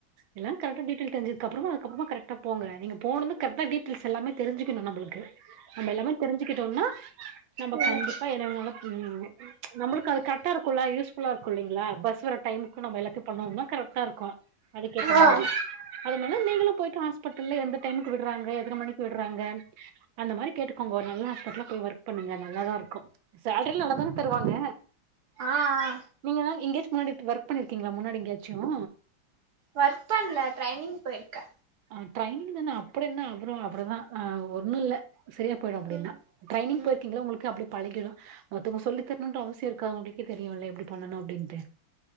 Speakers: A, on the right; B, on the right.
A: எல்லா கரெக்ட் டீடெய்ல் தெரிஞ்ச கப்பறமா அதுக்கப்பறமா கரெக்டா போங்க நீங்க போனும்னு கரெக்டா டீடெய்ல் எல்லாமே தெரிஞ்சிக்கணும் நம்பளுக்கு நம்ப எல்லாமே தெரிஞ்சுக்கிட்டோனா நம்ப
B: வெயிட்
A: கண்டிப்பா என்னைனால ச்சு நமளுக்கு அது கரெக்டா இருக்குல்ல யூஸ்புல்லா இருக்குல்லிங்ளா பஸ் வரடைமுக்கு நம்ம எல்லா நான்னா கரெக்டா இருக்கு அதுக்கேத்த
B: ஆ ஆ
A: மாதிரி
B: ம்
A: அதுனால நீ ல போயிட்டு ஹாஸ்பிட்டல்ல எந்த டைமுக்கு விடுறாங்க எத்தன மணிக்கு விடுறாங்க அந்த மாரி கேட்டுக்கோங்கோ ஒரு நல்ல ஹாஸ்பிட்டல்லா போய் ஒர்க் பண்ணுங்க நல்லாதான் இருக்கும் சேலரி நல்லாதானே தருவாங்க
B: ஆ ஆ ஆ
A: நீங்கதா இங்க <inaudible> வொர்க் பண்ணி இருக்கீங்களா முன்னாடி எங்கயாச்சும்
B: ஒர்க் பண்ல ட்ரைனிங் போயிருக்கே
A: ஆ ட்ரைனிங் தான அப்டி என்ன அப்புறம் அப்புடிதான் ஹங் ஒன்னு இல்ல சரியா போயிடும் அப்டின்னா
B: ம்
A: ட்ரைனிங்போயிருக்கீங்கள்ள
B: ம்
A: உங்களுக்கு அப் பழகிடும் மத்தவங்க சொல்லித்தரணுன்ற அவசியம் இருக்கா அவங்கக்கே தெரியுல எப்டி பண்ணணு அப்டின்ட்டு